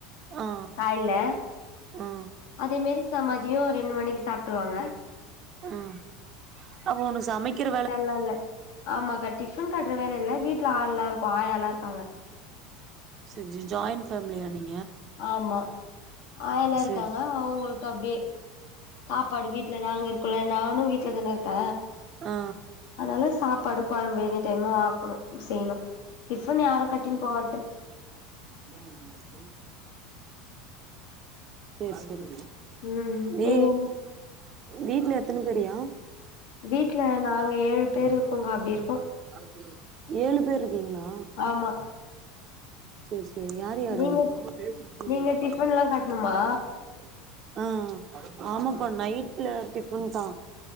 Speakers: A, on the right (about 40°); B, on the left (about 70°).
A: ஆ
B: காய்ல
A: ஆ
B: அதே மாரி ச மதியோ ரெண்டு மணிக்கி சாப்டுவாங்க
A: ஆஹ் அப்ப ஒனக்கு சமக்கிற
B: ல்ல இல்ல ஆமாக்கா டிஃபன் கட்ற வேல இல்ல வீட் ட்ல ஆள்லா இருக்கு ஆயால்லா இருக்காங்க
A: ச ஜி ஜாயிண்ட் ஃபேமிலியா நீ
B: ஆமா ஆயால்லா
A: சேரி
B: இருக்காங்கலா அவுங்களுக் க அப்டியே சாப்பாடு வீட்ல நாங்க இருக்கோல்ல நானு வீட்ல தான இருக்க
A: ஆ
B: அதனால சாப் பாடு கொழம்பு எனி டைமு ஆக்கணு செய்ணு டிஃபன் யாரு கட்டின் போவா
A: என்ன பண்றீங்க <inaudible> சேர் சேரி
B: ம்
A: வி
B: நீங்க
A: வீட்ல எத்தன பேர்யா
B: வீட்ல நாங்க ஏழு பேர் இருக்கோங்க்கா அப்டி இருக்கோ
A: <inaudible> ஏழு பேர் இருக்கீங்களா
B: ஆமா
A: சேர் செரி யார் யாரு
B: நீங்க
A: <unintelligible>
B: நீங்க டிஃபன்லா கட்ணுமா
A: ஆ ஆமாப்பா நைட்ல டிஃபன் தா